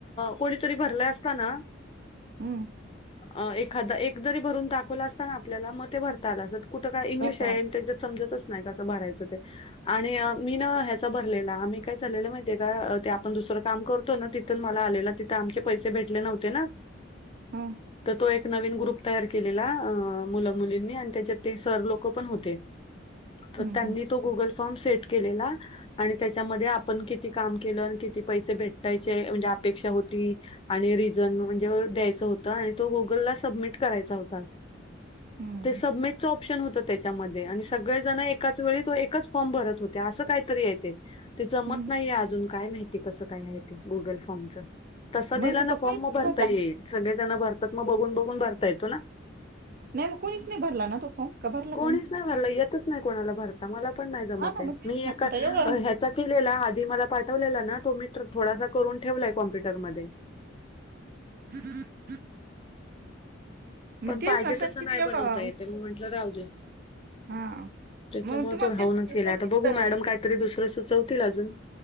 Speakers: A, on the left; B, on the right.
A: कोणीतरी भरला असता ना
B: हम्म.
A: अ एखादा एकतरी भरून दाखवला असताना आपल्याला मग ते भरता आला असता. कुठं काय इंग्लिश
B: भरता
A: आहे
B: आला
A: आणि त्याच्यात समजतच नाही कसं भरायच ते आणि मी ना ह्याचा भरलेलं आम्ही एक काय चालेलं माहितीये का ते आपण दुसरं काम करतो ना तिथून मला आलेलं तिथं आमचे पैसे भेटले नव्हते ना.
B: हम्म.
A: तर तो एक नवीन ग्रुप तयार केलेला मुला मुलींनी आणि त्याच्यात ते सर लोकं पण होते.
B: <inaudible>
A: तर त्यांनी
B: हम्म
A: तो गुगल फॉर्म सेट केलेला आणि त्याच्यामध्ये आप पण किती काम केलो आणि किती पैसे भेटायचे म्हणजे अपेक्षा होती आणि रिझन म्हणजे द्यायचं होतं आणि तो गुगलला सबमिट करायचा होता.
B: हम्म
A: ते सबमिट ऑप प्शन होत त्याच्यामध्ये आणि सगळे जण एकाच वेळी तो एकच फॉर्म भरत होते असं काहीतरी आहे ते. ते जमत
B: हम्म
A: नाहीये अजून काय माहिती कसं काय आहे ते गुगल फॉर्मच. तसा दिला
B: म्हणजे
A: ना
B: तो
A: फॉर्म
B: कोणीच
A: मग
B: नाही
A: भरता
B: भरला
A: येईल
B: ना
A: सगळे जण भरतात मग बघून बघून भरता येतो ना.
B: नाही मग कोणीच नाही भरला ना तो फॉर्म का भरला
A: कोणीच
B: कोणी
A: नाही भरला येतच नाही कोणाला भरता, मला पण नाही जमत
B: हा ना
A: आहे.
B: मग तेच
A: मी
B: ना
A: एक ह्याचा
B: आता एवढं
A: केलेला आधी मला पाठवलेला ना तो मी थोडासा करून ठेवलाय कॉम्प्युटर मध्ये
B: <inaudible> मग
A: पण
B: तेच
A: पाहिजे
B: ना संचित
A: तसं नाही
B: एवढा
A: बनवता
B: हुश-
A: येत आहे मग म्हंटलं राहूदे.
B: हा
A: त्याच्यामुळे
B: मग तुम्हाला
A: तो राहूनच
B: तेच म्हणजे
A: गेला
B: संचित
A: आता बघू
B: अं,
A: मॅडम काहीतरी दुसरं सुचवतील अजून.